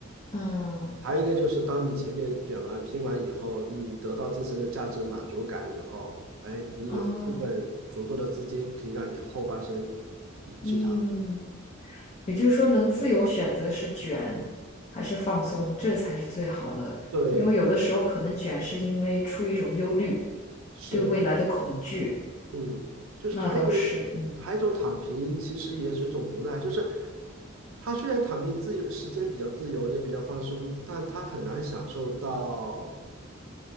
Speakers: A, on the left; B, on the right.
A: 嗯，
B: 还有一个就是，当你前面卷完、拼完以后，你得到自身的价值满足感以后，哎，你有一部分足够的资金可以让你后半生
A: 哦，
B: 去躺。
A: 嗯，也就是说，能自由选择是卷还是放松，这才是最好的。
B: 对，
A: 因为有的时候可能卷是因为出于一种忧虑，
B: 是，
A: 对未来的恐惧，
B: 嗯，就是还有一种，
A: 那倒是，嗯，
B: 还有一种躺平，其实也是一种无奈，就是他虽然躺平自由，时间比较自由，也比较放松，但他很难享受到